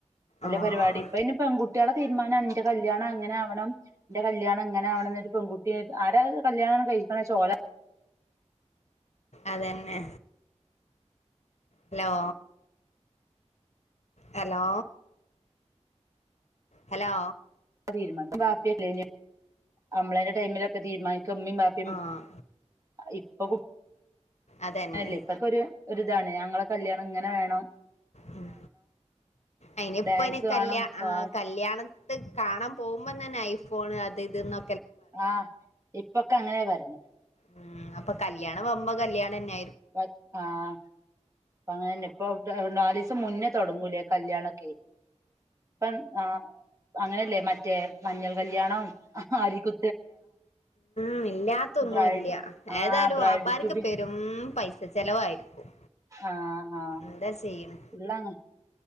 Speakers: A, on the right; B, on the left.
A: നല്ല
B: ആഹ്
A: പരിവാടി ഇപ്പ അയ്ന് പെൺകുട്ട്യോളെ തീരുമാനാണ് ഇന്റെ കല്യാണം അങ്ങനെ ആവണം ഇന്റെ കല്യാണം ഇങ്ങനാവണന്ന് ഒരു പെൺകുട്ടി ആരാ കല്യാണം കയ്‌ക്ക്ണ് ചാ ഓല
B: അതന്നെ ഹലോ ഹലോ ഹലോ
A: <inaudible> തീരുമാ <inaudible> ബാപ്പെയല്ലേയ് ന്യേ അമ്മളേന്റെ ടൈമിലൊക്ക തീരുമാനി ക്ക ഇമ്മിം ബാപ്പിം
B: ആഹ്
A: അ ഇപ്പ കു
B: അതന്നെ
A: <inaudible> അല്ലേ ഇപ്പൊക്കൊരു ഒരിതാണ് ഞങ്ങള കല്യാണം ഇങ്ങനെ വേണോ
B: മ് അയിനിപ്പ
A: ഡാൻസ്
B: ഇന്
A: വേണം
B: കല്യ
A: പാട്ട്
B: ആ കല്യാണം ത്ത് കാണാൻ പോവുമ്പം തന്നെ ഐഫോണ് അത് ഇത് ന്നൊ
A: ആഹ് ഇപ്പൊക്കെ അങ്ങനെ പറിണ്
B: മ് അപ്പ കല്യാണം വമ്പം കല്യാണന്നെ
A: പ ആഹ് പ്പങ്ങനന്നെ ഇപ്പൊ അവി <unintelligible> നാലീസം മുന്നേ തൊടങ്ങൂലേ കല്യാണക്കെ പ്പം ആഹ് അങ്ങനെല്ലേ മറ്റേ മഞ്ഞൾ കല്യാണം അരിക്കു
B: മ് ഇല്ലാത്തൊന്നുല്യ
A: ബ്രൈഡ് ആ
B: ഏതായാലും
A: ബ്രൈഡ്
B: വാപ്പാര്ക്ക്
A: ടു
B: പെരും പൈസ് സ ചെലവായിരിക്കും
A: ആഹ് ഹാ
B: എന്താ ചെയ്യണ്
A: ഫുള്ളാങ്‌